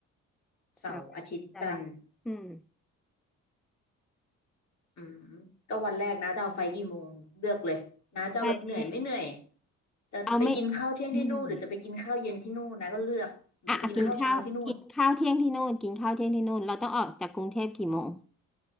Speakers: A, on the left; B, in the centre.
A: เสาร์อาทิตย์จันทร์
B: เสาร์อาทิตย์จันทร์อืม
A: อืมก็วันแรกนะจะเอาไฟล์กี่โมงเลือกเลยนะจะเอาแบบเหนื่อยไม่เหนื่อย
B: แต่
A: จะไปกินข้าวเที่ยงที่นู่นหรือจะไปกินข้าวเย็นที่นู่นนะก็เลือกหรือจะไปกินข้าวเช้าที่นู่น
B: เอาไม่อืม อ่ะอ่ะกินข้าวกินข้าวเที่ยงที่นู่นกินข้าวเที่ยงที่นู่นเราต้องออกจากกรุงเทพกี่โมง